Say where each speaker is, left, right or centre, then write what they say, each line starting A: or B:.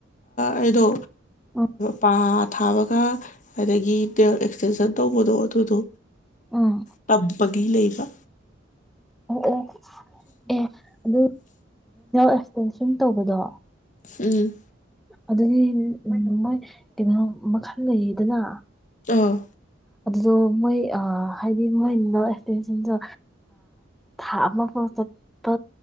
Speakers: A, on the left; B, in the centre.
A: ꯑꯩꯗꯣ
B: ꯎꯝ
A: ꯄꯥ ꯊꯥꯕꯒ ꯑꯗꯒꯤ ꯑꯦꯛꯁꯇꯦꯟꯁꯟ ꯇꯧꯕꯗꯣ ꯑꯗꯨꯗꯣ
B: ꯎꯝ
A: ꯇꯝꯕꯒꯤ ꯂꯩꯕ
B: ꯎ ꯑꯦ ꯑꯗꯨ ꯑꯦꯛꯇꯦꯟꯁꯟ ꯇꯧꯕꯗꯣ
A: ꯎꯝ
B: ꯑꯗꯨꯗꯤ ꯃꯣꯏ ꯀꯩꯅꯣ ꯃꯈꯜ ꯂꯩꯌꯦꯗꯅ
A: ꯑꯥ
B: ꯑꯗꯨꯗꯣ ꯃꯣꯏ ꯍꯥꯏꯗꯤ ꯃꯣꯏ ꯅ ꯑꯦꯛꯁꯇꯦꯟꯁꯟꯁꯨ ꯊꯥ ꯑꯃ ꯐꯥꯎ ꯆꯠꯄ